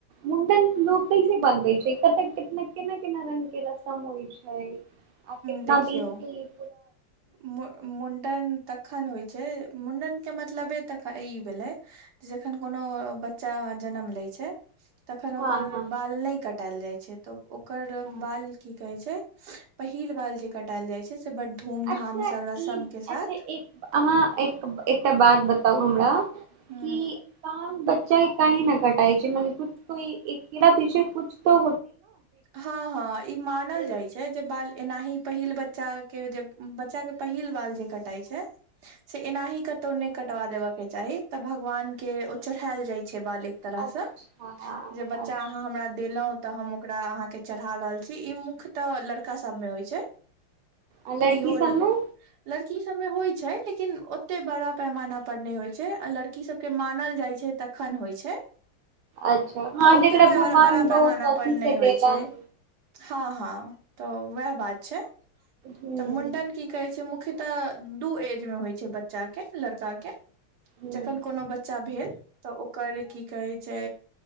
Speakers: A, on the right (about 75°); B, on the right (about 55°).
A: मुंडन लोग कैसे बनबै छै कत कितना केना केना रंग के रसम होइ छै आ कितना
B: देखियौ
A: बीज देलिये
B: मु मुंडन तखन होइ छै मुण्डनके मतलबे तऽ ई भेलै जे जखन कोनो बच्चा जनम लै छै तखन
A: हँ
B: ओकर
A: हँ
B: बाल नहि कटायल जाइ छै तऽ ओकर
A: हँ
B: बाल की कहै छै पहिल बाल जे कटाल जाइ छै से बड धूमधाम
A: अच्छा
B: से रस्म
A: ई
B: के
A: अच्छा
B: साथ
A: एक अहाँ एक एकटा बात बताउ हमरा
B: ह
A: कि त ब्च कह न कटाइ छै मरा पीछे कुछ त
B: हँ हँ ई मानल
A: हूँ
B: जाइ छै जे बाल एनाही पहिल बच्चा के जे बच्चा के पहिल बाल जे कटाई छै से एनाही कतौ नै कटवा देब के चाही तऽ भगवान के ओ चढ़ायल जाय छै छै बाल एक तरह
A: अच्छा
B: सँ जे बच्चा
A: अच्छा
B: अहाँ हमरा देलौ त हम ओकरा अहाँके चढ़ा रहल छी ई मुख्य तऽ लड़का सबमे होइ छै
A: आ लड़की
B: इहोल
A: सबमे
B: लड़ की सबमे होइ छै लेकिन ओते बड़ा पैमाना पर नहि होइ छै लड़की सबके मानल जाइ छै तऽ खन होइ छै
A: अच्छा हँ
B: आ ओते
A: जेकरा भगवान
B: बड़ा
A: बहुत
B: पैमाना
A: अथी
B: पर
A: से
B: नहि
A: देलन
B: होइ छै हँ हँ तऽ वएह बात छै
A: हूँ
B: तऽ मुंडन की कहै छै मुख्य तऽ दू एज मे होइ छै बच्चा के लड़का के
A: हूँ
B: जखन कोनो बच्चा भेल तऽ ओकर की कहै छै